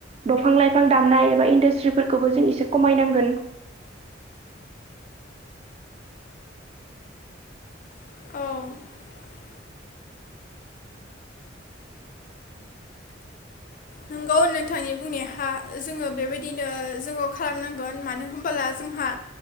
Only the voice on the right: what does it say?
दंफां लाइ बिफां दाननाय एबा इन्डास्ट्रिफोरखौबो जों इ से खमायनांगोन